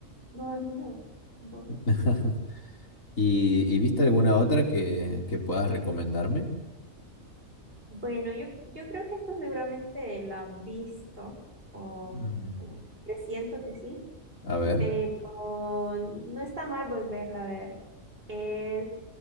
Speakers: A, on the right; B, on the left.
A: no dan miedo tampoco.
B: <laughs> ¿Y, y viste alguna otra que, que puedas recomendarme?
A: Bueno, yo, yo creo que esta seguramente la has visto, o
B: Mm,
A: bueno, presiento que sí.
B: A ver.
A: pero no está mal volverla a ver. Es